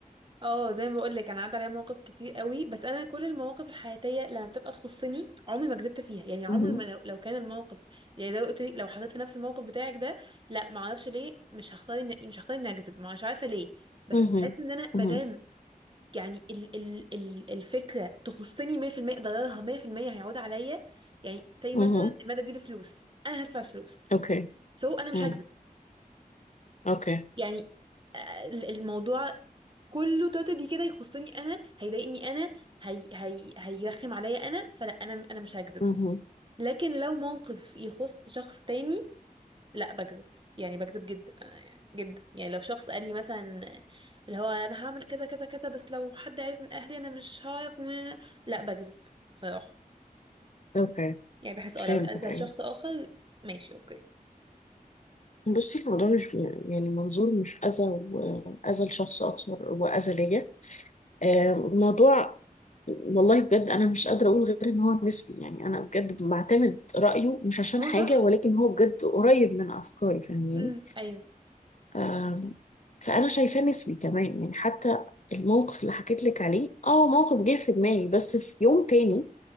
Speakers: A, on the right (about 35°); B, on the left (about 50°).
A: اه زي ما بقول لك انا عدى عليا مواقف كتير قوي بس انا كل المواقف الحياتيه لما بتبقى تخصني عمري ما كذبت فيها يعني عمري
B: ده؟
A: ما لو, لو كان الموقف يعني زي ما قلت لك لو حطيت في نفس الموقف بتاعك ده لا ما اعرفش ليه مش هختار إن... مش هختار اني اكذب مش عارفه ليه بس
B: مهم.
A: بحس ان انا
B: مهم.
A: ما دام يعني ال ال ال الفكرة تخصني 100% ضررها 100% هيعود عليا يعني زي
B: مهم.
A: مثلا المادة دي بفلوس انا هدفع الفلوس
B: اوكي
A: سو so انا مش
B: مم.
A: هكذب
B: اوكي
A: يعني آه، ال- الموضوع كله توتالي كده يخصني انا هيضايقني انا هي هي هيرخم عليا انا فلا انا انا مش هكذب
B: مهم.
A: لكن لو موقف يخص شخص تاني لا بكذب يعني بكذب جدا آه، جدا يعني لو شخص قال لي مثلا اللي هو انا هعمل كذا كذا كذا بس لو حد عايز من اهلي انا مش هعرف ومن... لا بكذب بصراحة
B: اوكي
A: يعني بحس اه
B: فهمتك
A: لو الاذى
B: ايوه
A: لشخص اخر ماشي اوكي
B: بصي الموضوع مش يعني منظور مش اذى واذى لشخص اكثر واذى ليا آه، الموضوع والله بجد انا مش قادره اقول غير ان هو نسبي يعني انا بجد بعتمد رايه مش عشان
A: هو
B: حاجه
A: صح
B: ولكن هو بجد قريب من افكاري فاهماني
A: امم ايوه
B: آم، فانا شايفاه نسبي كمان يعني حتى الموقف اللي حكيت لك عليه اه موقف جه في دماغي بس في يوم تاني